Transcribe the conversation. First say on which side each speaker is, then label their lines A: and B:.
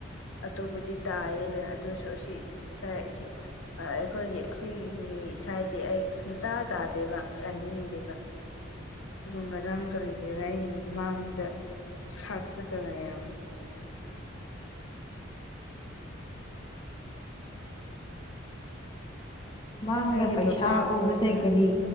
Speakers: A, on the left; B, on the left.
A: ꯑꯇꯣꯞꯄꯗꯤ ꯇꯥꯏꯌꯦꯗꯅ ꯑꯗꯨꯁꯨ ꯁꯤ ꯏꯁꯩ ꯑꯥꯁꯤ ꯑꯩꯈꯣꯏꯒꯤ ꯁꯤ ꯏꯁꯩꯗꯤ ꯑꯩ ꯁꯨꯡꯇꯥ ꯇꯥꯗꯦꯕ ꯇꯥꯅꯤꯡꯗꯦꯕ ꯑꯗꯨꯒ ꯉꯔꯥꯡ ꯀꯔꯤꯔ ꯑꯩꯒꯤ ꯃꯥꯡꯗ ꯁꯛꯇꯥꯅꯥ ꯌꯥꯝ
B: ꯃꯡꯗ
A: ꯑꯩꯒꯤ
B: ꯄꯩꯁꯥ
A: ꯕꯕꯥ
B: ꯎꯕꯁꯦ
A: ꯀꯣꯜ ꯇꯧꯔꯛꯑꯦ
B: ꯀꯔꯤ